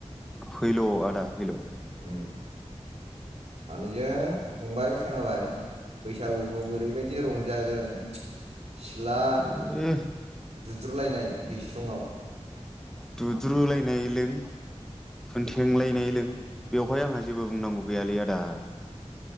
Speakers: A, in the centre; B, on the right.
A: फैल' आदा फैल'
B: ओम सानैजों फंबाय खोनाबाय बैसागुखौ ओरैबादि रं जागोन सिथला
A: ए
B: दुद्रुलायनाय दैस्लुं आव
A: दुद्रुलायनाय लों खुनथेंलायनाय लों बेवहाय आंहा जेबो बुंनांगौ गैयालै आदा